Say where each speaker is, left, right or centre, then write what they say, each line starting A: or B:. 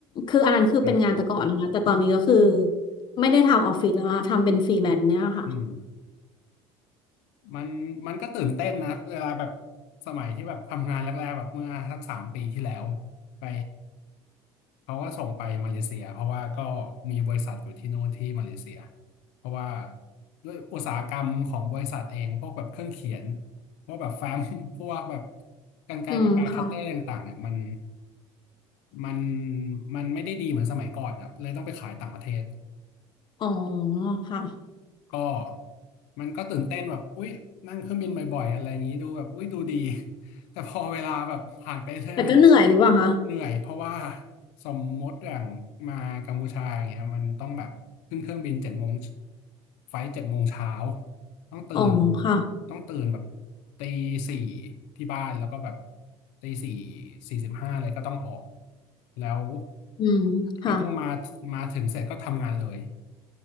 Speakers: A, on the left (about 40°); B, on the left (about 80°).
A: คืออันนั้นคือเป็นงานแต่ก่อนนะแต่ตอนนี้ก็คือ
B: อ่า
A: ไม่ได้ทำออฟฟิศแล้วนะทำเป็นฟรีแลนซ์เนี่ยค่ะ
B: อืม มันมันก็ตื่นเต้นนะเวลาแบบสมัยที่แบบทำงานแรกๆแบบเมื่อสักสามปีที่แล้วไปเขาก็ส่งไปมาเลเซียเพราะว่าก็มีบริษัทอยู่ที่โน่นที่มาเลเซียเพราะว่าด้วยอุตสาหกรรมของบริษัทเองพวกแบบเครื่องเขียนพวกแบบแฟ้ม <laughs> พวกแบบกรรไกรปากกาคัตเตอร์อะไรต่างๆเนี่ยมัน
A: อืมค่ะ
B: มันมันไม่ได้ดีเหมือนสมัยก่อนครับเลยต้องไปขายต่างประเทศ
A: อ๋อค่ะ
B: ก็มันก็ตื่นเต้นแบบอุ๊ยนั่งเครื่องบินบ่อยๆอะไรอย่างนี้ดูแบบอุ๊ยดูดี <laughs> แต่พอเวลาแบบผ่านไปเรื่อยมัน
A: แต่ก็เหนื่อยหรือเปล่าคะ
B: เหนื่อยเพราะว่าสมมติอย่างมากัมพูชาอย่างเงี้ยมันต้องแบบขึ้นเครื่องบินเจ็ดโมงไฟล์เจ็ดโมงเช้าต้องตื่น
A: อ๋อค่ะ
B: ต้องตื่นแบบตีสี่ที่บ้านแล้วก็แบบตีสี่สี่สิบห้าเลยก็ต้องออกแล้ว
A: อืมค่ะ
B: ก็ต้องมามาถึงเสร็จก็ทำงานเลย